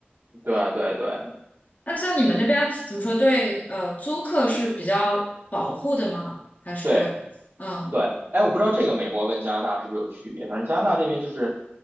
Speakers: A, on the right (about 65°); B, on the left (about 40°).
A: 对对对
B: 那像你们那边怎么说？对，呃，租客是比较保护的吗？还是，
A: 对
B: 嗯
A: 对，哎，我不知道这个美国跟加拿大是不是有区别，反正加拿大这边就是